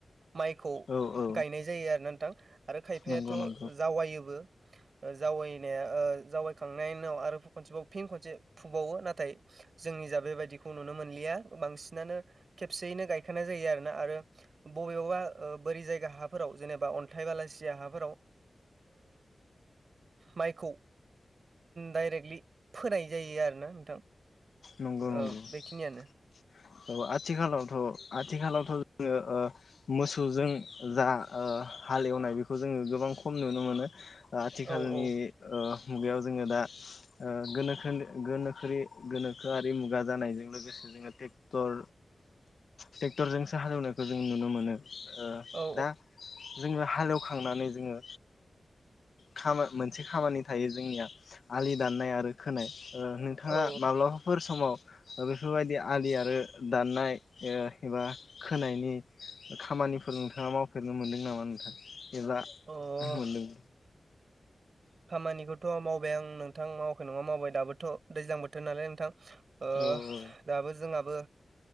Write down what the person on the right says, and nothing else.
माइखौ
गायनाय जायो आरो ना नोंथां आरो खायफायाथ'
जावायोबो। जावनाया जावैखांनायनि उनाव आरो खनसेबाव फिन खनसे फुबावो नाथाय जोंनि जा बेबायदिखौ नुनो मोनलिया बांसिनानो खेबसेयैनो गायखानाय जायो आरोना आरो बबेबा बोरै जायगा हाफोराव जेनेबा अन्थाइ बालासिया हाफोराव माइखौ दाइरेक्लि फोनाय। जायो आरो ना नोंथां।
ओ बेखिनियानो
औ औ
औ
औ
औ अ
खामानिखौथ' मावबाय आं नोंथां मावाखै नङा मावबाय दाबोथ' दैज्लां बोथोर नालाय नोंथां। ओ
दाबो जोंहाबो